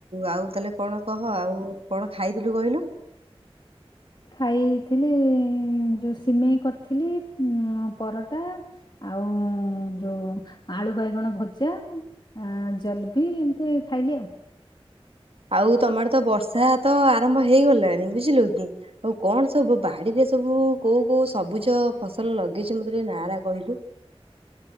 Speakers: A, on the right (about 65°); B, on the left (about 45°).
A: ଆଉ ତାହେଲେ କଣ କହ ଆଉ କଣ ଖାଇଥିଲୁ କହିଲୁ?
B: ଖାଇଥିଲି ଯୋଉ ସିମେଇ କରିଥିଲି ଉଁ ପରଟା ଆଉଁ ଯୋଉ ଆଳୁ ବାଇଗଣ ଭଜା। ଆଁ ଜଲପି ଏମିତି ଖାଇଲି ଆଉ।
A: ଆଉ ତମ ଆଡେ ତ ବର୍ଷା ତ ଆରମ୍ଭ ହେଇଗଲାଣି। ବୁଝିଲୁ କି? ଆଉ କଣ ସବୁ ବାଡିରେ ସବୁ କୋଉ କୋଉ ସବୁଜ ଫସଲ ଲଗେଇଛ। ମତେ ଟିକେ ନା ଟା କହିଲୁ?